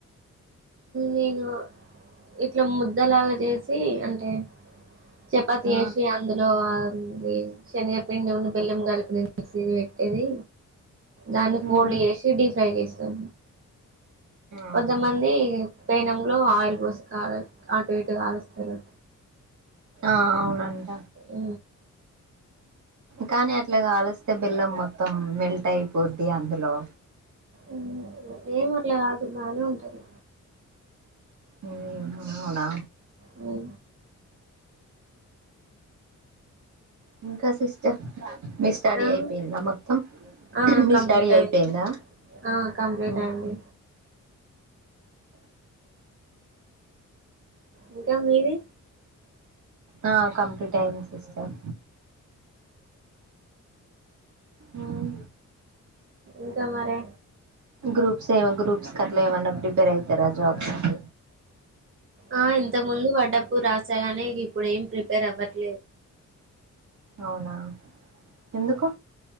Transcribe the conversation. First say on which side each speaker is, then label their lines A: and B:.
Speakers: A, on the right; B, on the right.
A: నేను ఆ ఇట్ల ముద్దలాగా చేసి అంటే చపాతి
B: ఆ
A: ఏశి అందులో ఆ.. ప్లీజ్ శనిగ పిండి ఉన్న బెల్లం గల్పింది నీ సీది వెట్టేది దాన్ని ఫోల్డ్
B: ఉమ్
A: జేసి డిఫ్రై జేస్త టం
B: అవునా
A: కొంతమంది పెనం లో ఆయిల్ పోసు కారు అటు ఇటు కాలుస్తారు
B: ఆ అవునంట
A: ఊ
B: కాని అట్ల కాలిస్తే బెల్లం మొత్తం మెల్ట్ అయిపోద్ది అందులో
A: ఉ.. ఉ ఏము అట్ల కాదు బానే ఉంటది
B: అ.. అవునా
A: అవు
B: ఇంకా సిస్ట మీ స్టడీ
A: ఆ,
B: అయిపోయిందా మొత్తం హు..
A: ఆ,
B: హు.. మీ
A: కంప్లీట్
B: స్టడీ అయిపోయిందా
A: అయింది ఆ, కంప్లీట్
B: అ..
A: అయింది ఇంకా మీది
B: ఆ కంప్యూటర్ అయ్యింది సిస్టర్ ఉహ
A: ఇంకా మరే
B: గ్రూప్స్ ఏమ గ్రూప్స్ కట్లా ఏమన్నా ప్రిపేర్ అయితారా జాబ్స్కి
A: ఆ ఇంతకు ముందు వడ్డప్పు రాసాగానీ ఇప్పుడు ఏం ప్రిపేర్ అవ <inaudible>
B: అవునా ఎందుకు